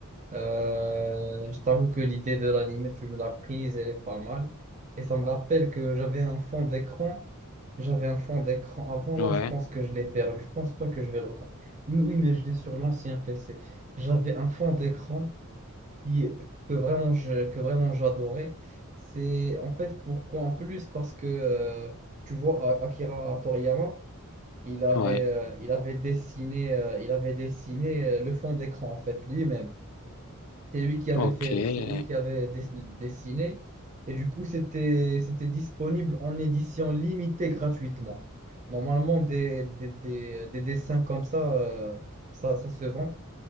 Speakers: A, on the right; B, on the left.
A: Euh, je t'avoue que l'idée de l'anime, tu me l'as prise, elle est pas mal. Et ça me rappelle que j'avais un fond d'écran. J'avais un fond d'écran avant,
B: Ouais,
A: là, je pense que je l'ai perdu. Je pense pas que je vais le retrouver. Mais oui, mais je l'ai sur l'ancien PC. J'avais un fond d'écran qui- que vraiment je- que vraiment j'adorais. C'est en fait pourquoi en plus parce que euh, tu vois A- Akira Toriyama, il avait
B: ouais,
A: euh, il avait dessiné euh, il avait dessiné euh, le fond d'écran en fait lui-même. C'est lui qui avait
B: ok,
A: fait,
B: ouais,
A: c'est lui qui avait dess- dessiné. Et du coup, c'était, c'était disponible en édition limitée gratuitement. Normalement, des, des, des- des dessins comme ça, euh, ça, ça se vend,